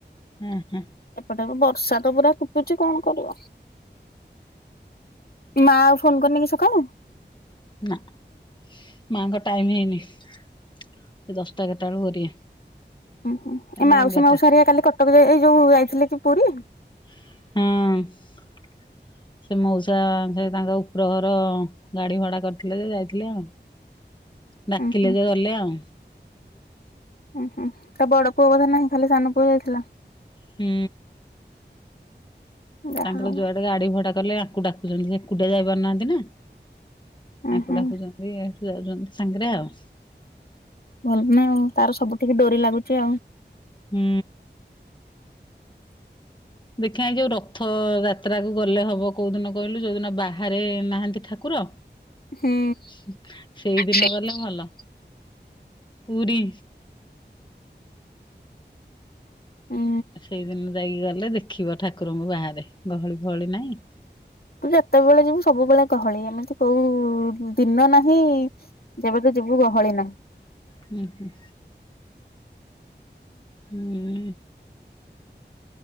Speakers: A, on the left; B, on the left.
A: ହଁ ହଁ।
B: ଏପଟେ ବି ବର୍ଷା ତ ପୁରା କୁ ଟୁଚି କଣ କରିବ ମା ଆଉ ଫୋନ କରିନି କି ସକାଳୁ?
A: ନା। ମା ଙ୍କ ଟାଇମ୍ ହେଇନି ସେ ଦଶଟା ଏଗାରଟା ବେଳୁକୁ କରିବେ।
B: ଉଁ ହୁଁ ଏ
A: ନା
B: ମାଉସୀ
A: ଏଗାରଟା
B: ମୋଉସା ହେରିକା କାଲି କଟକ ଜା ଏଇ ଯୋଉ ଯାଇଥିଲେ କି ପୁରୀ?
A: ହଁ। ସେ ମଉସା ସେ ତାଙ୍କ ଉପର ଘର ଗାଡି ଭଡ଼ା କରିଥିଲେ ଯେ ଯାଇଥିଲେ ଆଉ। ଡାକିଲେ
B: ଉଁ ହୁଁ।
A: ଯେ ଗଲେ ଆଉ।
B: ହୁଁ ହୁଁ ତା ବଡ ପୁଅ ବୋଧେ ନାହିଁ ଖାଲି ସାନ ପୁଅ ଯାଇଥିଲା।
A: ହୁଁ।
B: ଯାହା
A: ତାଙ୍କର
B: ହଉ
A: ଯୁଆଡେ ଗାଡିଭଡା କଲେ ଆଙ୍କୁ ଡାକୁଚନ୍ତି ସେ ଏକୁଟିଆ ଯାଇ ପାରୁନାହାନ୍ତି ନା।
B: ଉଁ
A: ଆଙ୍କୁ
B: ହୁଁ
A: ଡାକୁଚନ୍ତି ସେ ଯାଉଚନ୍ତି ସାଙ୍ଗରେ ଆଉ।
B: ଭଲ ନା ଆଉ ତାର ସବୁଠିକି ଡୋରି ଲାଗୁଚି ଆଉ।
A: ହୁଁ। ଦେଖିଆଁ ଏଇ ଯୋଉ ରଥ ଯାତ୍ରାକୁୁ ଗଲେ ହବ କୋଉ ଦିନ କହିଲୁ ଯୋଉଦିନ ବାହାରେ ନାହାନ୍ତି ଠାକୁର।
B: ହୁଁ।
A: ହୁଁ ସେଇଦିନ
B: ସେ
A: ଗଲେ ଭଲ ପୁରୀ
B: ଉଁ
A: ସେଇଦିନ ଯାଇକି ଗଲେ ଦେଖିବ ଠାକୁରଙ୍କୁ ବାହାରେ ଗହଳି ଫହଳି ନାଇଁ।
B: ତୁ ଯେତବେଳେ ଯିବୁ ସବୁବେଳେ ଗହଳି ଏମିତି କୋଉ ଦିନ ନାହିଁ ଯେବେ ତୁ ଯିବୁ ଗହଳି ନାହିଁ।
A: ହୁଁ ହୁଁ। ହୁଁ।